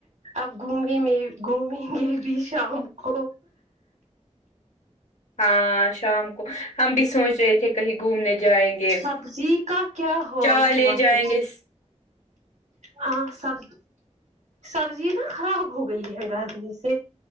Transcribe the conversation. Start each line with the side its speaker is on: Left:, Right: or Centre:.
Right: اپ گھومیں میں گھومیں گے بھی شام کو
Left: ہاں شام کو ہم بھی سوچ رہے تھے کہیں گھومنے جائیں گے
Right: سبزی
Left: <inaudible>
Right: کا کیا حال
Left: چا لے
Right: ہوا
Left: جائیں
Right: ہے
Left: گے
Right: ہاں سب سبزی نا خراب ہو گئی ہے گرمی سے